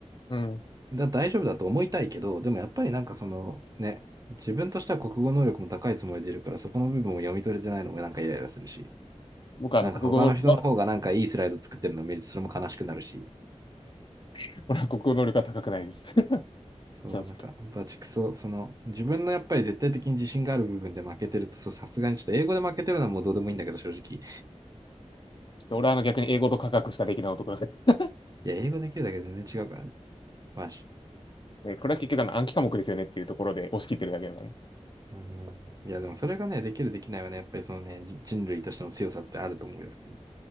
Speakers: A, on the left; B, on the right.
A: うん。
B: だ、大丈夫だと思いたいけど、でもやっぱりなんかそのね、自分としては国語能力も高いつもりでいるから、そこの部分を読み取れてないのもなんかイライラするし、
A: 僕はあの、
B: なんか他の人の方がなんかいいスライド作ってるのを見るとそれも悲しくなるし、
A: 国語能力は、<laughs> 俺は国語能力は高くないです。<laughs>
B: そう、
A: そうそう。
B: なんかバチクソ、その自分のやっぱり絶対的に自信がある部分で負けてると、そう、さすがにちょっと英語で負けてるのはもうどうでもいいんだけど、正直。
A: で俺はあの逆に英語と科学しかできない男だから、
B: いや、英語できるだけで全然違うからね。マジ。
A: <laughs> でこれは結局あの暗記科目ですよねっていうところで押し切ってるだけだからね。
B: うん。いや、でもそれがね、できるできないはね、やっぱりそのね、人人類としての強さってあると思うよ、普通に。